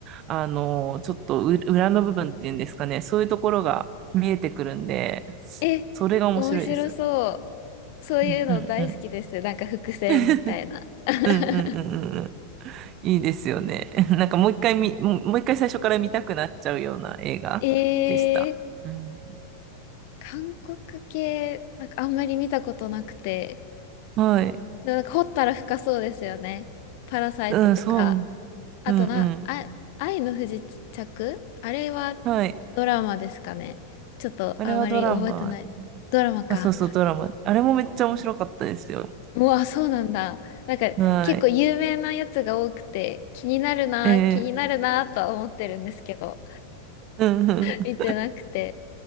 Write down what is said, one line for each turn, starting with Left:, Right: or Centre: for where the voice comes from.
Right: あの、ちょっとう裏の部分っていうんですかね、そういうところが見えてくるんで、そそれが面白いです。
Left: え、面白そう。そういうの大好きです。
Right: うんうんうん。
Left: なんか伏線みたいな。
Right: <laughs>
Left: <laughs>
Right: うんうんうんうんうん。いいですよね。<laughs> なんかもう一回見、もうもう一回最初から見たくなっちゃうような映画でした。
Left: えー、
Right: うん。
Left: 韓国系、なんかあんまり見たことなくて。
Right: はい。
Left: でもなんか掘ったら深そうですよね。パラサイトとか。
Right: うん、そう。
Left: あとな、
Right: うんうん。
Left: あ、愛の不時着あれは
Right: はい。
Left: ドラマですかね。ちょっとあまり覚えてない。
Right: あれはドラマ。ね
Left: ドラマか。
Right: あ、そうそう、ドラマ。あれもめっちゃ面白かったですよ。
Left: もう、あ、そうなんだ。なんか結構有名なやつが多くて気になるな、
Right: はい。えー、
Left: 気になるなとは思ってるんですけど。
Right: うんうん。
Left: 見てなくて。